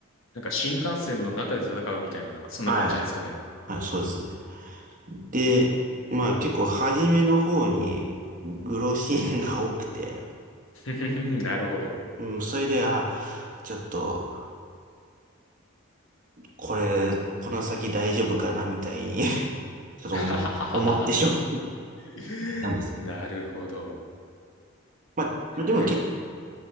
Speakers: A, on the left; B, on the right.
A: なんか新幹線の中で戦うみたいな、そんな感じですかね。
B: はい。はい、そうですね。で、まあ結構初めの方に、グロシーンが多くて、
A: ふふふなるほど。
B: うん、それで、あ、ちょっと、これ、この先大丈夫かな、みたいに <laughs> ちょっと思思ってしまっ
A: <laughs> <laughs>
B: たんです。
A: なるほど。
B: まあ、でも結構、
A: いや、